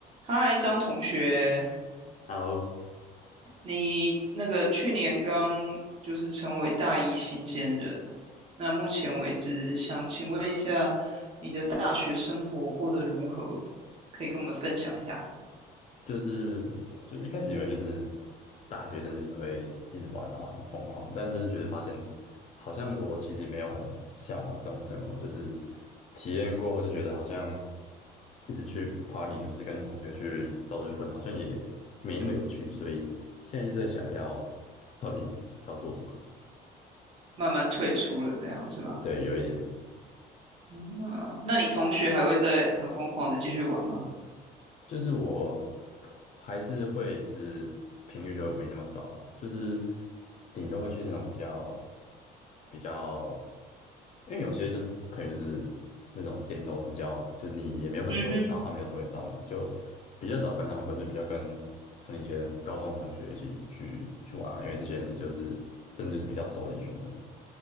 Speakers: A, on the right; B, on the left.
A: 嗨，张同学，
B: Hello，
A: 你那个去年刚就是成为大一新鲜人，那目前为止，想请问一下，你的大学生活过得如何？可以跟我们分享一下。
B: 就是我就一开始以为就是大学生就是会一直玩，然后很疯狂，但就是觉得发现好像我其实也没有很向往这种生活，就是体验过后就觉得好像一直去 party 或是跟同学去到处混，好像也没那么有趣，所以现在就在想要到底要做什么。
A: 慢慢退出了，这样是吗？
B: 对，有一点，
A: 嗯，那你同学还会再很疯狂的继续玩吗？
B: 就是我还是会只是频率就没那么少了，就是顶多会去那种比较比较，因为有些就是朋友就是那种点头之交嘛，就你也没有很熟，
A: 嗯哼，
B: 然后他们有时候会找你，就比较少跟他们混，就比较跟可能以前高中同学一起去去玩啊，因为这些人也就是真的就是比较熟的一群人。